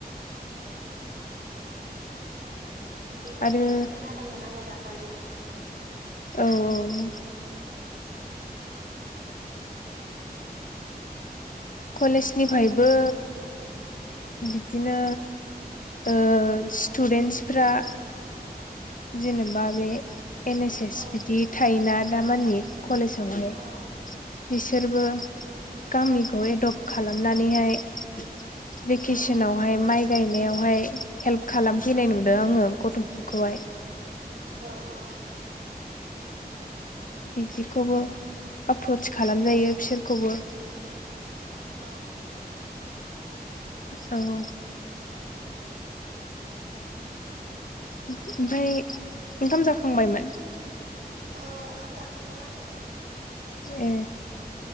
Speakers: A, on the right; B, on the left.
A: औ औ बिदि होननाय
B: आरो
A: खोना दोंमोन आङो दाखालि
B: औ औ उम कलेज निफ्रायबो बिदिनो ओ स्टुदेन्टसफ्रा जेनेबा बे एन एस एस
A: औ
B: बिदि थायोना दामानि कलेजावहाय
A: औ
B: बिसोरबो गामिखौ एडप्ट खालामनानैहाय भेकेसनावहाय
A: औ
B: माइ गायनायावहाय हेल्प खालामफैनाय नुदों आङो गथ'फोरखौहाय।
A: औ औ
B: बिदिखौबो आप्रस खालामजायो बिसोरखौबो।
A: औ
B: औ ओमफ्राय ओंखाम जाखांबायमोन?
A: औ ओंखाम जाखांबाय आङो।
B: ए